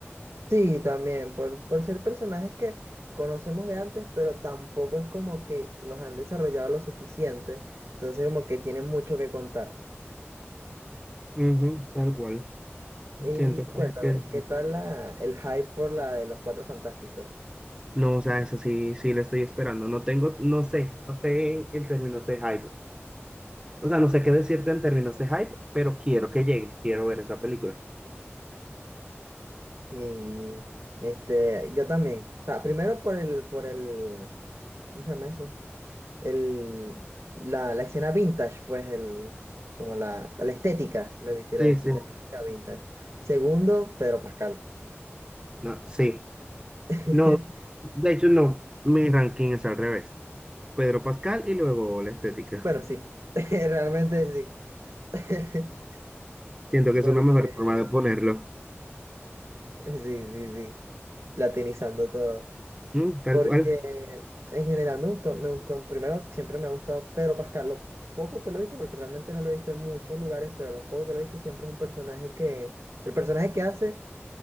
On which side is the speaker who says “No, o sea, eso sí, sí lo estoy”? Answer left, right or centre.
Right